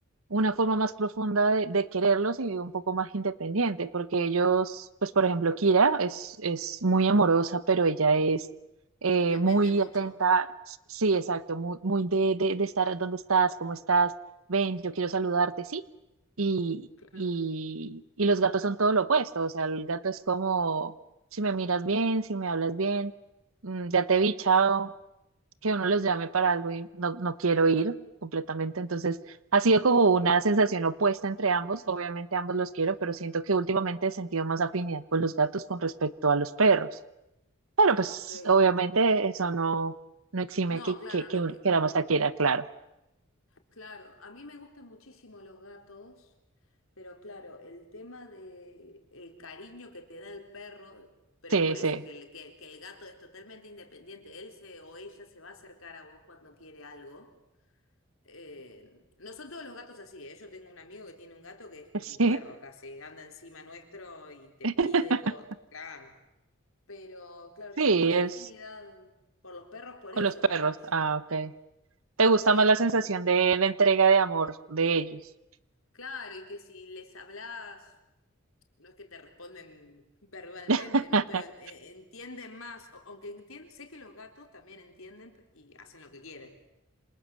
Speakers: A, on the right; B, on the left.
A: una forma más profunda de, de quererlos y un poco más independiente, porque ellos, pues por ejemplo, Kira es, es muy amorosa, pero ella es eh,
B: Depende
A: muy
B: mucho.
A: atenta, sí, exacto, muy, muy de, de, de estar, ¿dónde estás? ¿Cómo estás? Ven, yo quiero saludarte, sí. Y,
B: Claro.
A: y, y los gatos son todo lo opuesto, o sea, el gato es como, si me miras bien, si me hablas bien, mm, ya te vi, chao que uno los llame para algo y no, no quiero ir completamente. Entonces, ha sido como una sensación opuesta entre ambos. Obviamente ambos los quiero, pero siento que últimamente he sentido más afinidad con los gatos con respecto a los perros. Pero pues
B: Ok.
A: obviamente eso no, no exime
B: No,
A: que,
B: claro,
A: que, que
B: no
A: uno
B: que.
A: queramos a Kira, claro.
B: Claro, a mí me gustan muchísimo los gatos, pero claro, el tema de el cariño que te da el perro, pero
A: Sí,
B: es por eso
A: sí,
B: que el, que, que el gato es totalmente independiente, él se o ella se va a acercar a vos cuando quiere algo. Eh, no son todos los gatos así, ¿eh? Yo tengo un amigo que tiene un gato que es como
A: sí.
B: un perro casi, anda encima nuestro y te
A: <laughs>
B: pide cosas, claro. Pero claro, yo
A: Sí,
B: tengo más
A: es
B: afinidad por los perros por
A: con
B: eso
A: los perros.
B: nomás.
A: Ah, ok. ¿Te gusta
B: Sí,
A: más
B: en-
A: la sensación de la entrega de amor de ellos?
B: claro, y que si les hablas no es que te responden verbalmente,
A: <laughs>
B: ¿no? Pero en- eh, entienden más, o- aunque entien- sé que los gatos también entienden y hacen lo que quieren.